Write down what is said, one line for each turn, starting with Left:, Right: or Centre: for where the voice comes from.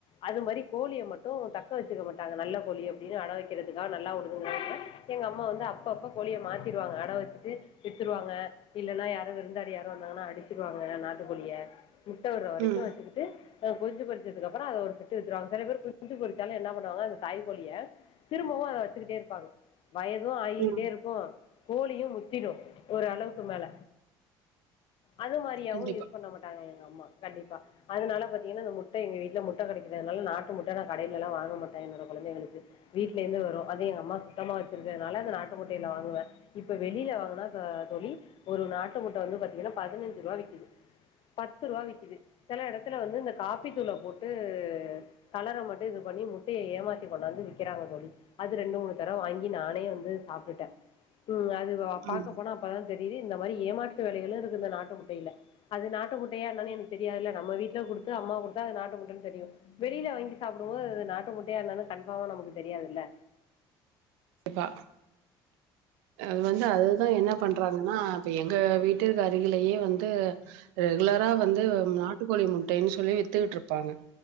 Left: அது மாரி கோழிய மட்டு தக் க்கவச்சிக மாட்டாங்க நல்ல கோழி அப்பிடின் அட வக்கிறதுகா நல்லா உடுதுங்கன்னா எங்க அம்மா வந்து அப்ப அப்ப கோழிய மாத்திருவாங்க அட வச்சுட்டு வித்துருவாங்க இல்லனா யாரு விருந்தாளி யாரு வந்தாங்னா அடிச்சிருவாங்க நாட்டுக்கோழிய முட்டவுற வரைக்கு
Right: ம் ம்
Left: வச்சிகிட்டு ஆ குஞ்சி பறிக் த்துக் அப்புறோ ஒரு தட்டு வித்துருவாங்க சில பேர் குஞ்சி பொரிசாலே என்ன பண்ணுவாங்க அந்த தாய்கோழிய திரும்பவு அத வச்சிக்கிட்டே இருப்பாங்க வயது ஆகியிட்டே
Right: ம்
Left: இருக்கு கோழியு முத்திரு ஒரு அளவுக்கு மேல அது மாரியாவு
Right: கண்டிப்பா
Left: யூஸ் பண்ணமாட்டாங்க எங்க அம்மா கண்டிப்பா அதனால பத் ஏனா அந் முட் ட்ட எங்க வீட்ல முட்ட கடைகுது அதுனால நாட்டு முட்ட நா கடையிலல்லா வாங்கமாட்டே என்னோட கொழந்தங்களுக்கு வீட்லதே வரு அது எங்க அம்மா சுத்தமா வச்சிர்க்கனால அந்த நாட்டு முட்டையில வாங்குவே இப்ப வெளியில வாங்னா கா தோழி ஒரு நாட்டு முட்ட வந்து பாத்தீங்னா பதினஞ்சிரூவா விக்கிது பத்துரூவா விக்கிது செல எடத்துல வந்து இந்த காப்பி த்தூள போட்டு கலர மட்டு இது பண்ணி முட்டய ஏமாத்தி கொண்டாந்து விக்கிறாங்க தோழி அது ரெண்டு மூணு தடவ வாங்கி நானே வந்து சாப்டுடே ம் அ துவ
Right: ம்
Left: பாக்க போனா அப்பதா தெரியிது இந்த மாரி ஏமாற்று வேலைகளு இருக்கு இந்த நாட்டு முட்டயில அது நாட்டு முட்டயா என்னனு எனக்கு தெரியா இல்ல நம்ம வீட்ல குடுத்து அம்மா கு த்தா இத நாட்டு முட்டனு தெரியு வெளில வாங்கி சாப்புடு போது அது நாட்டு முட்டயா என்னனு கஃன்பாமா நமக்கு தெரியாதுல்ல
Right: சப்பா அது வந்து அதுதா என்ன பண்றாங்கன்னா இப்ப எங்க வீட் ட்டுகு அருகிலேயே வந்து ரெகுலரா வந்து நாட்டுக்கோழி முட்டைன்னு சொல்லி வித்துக்கிட்ருப்பாங்க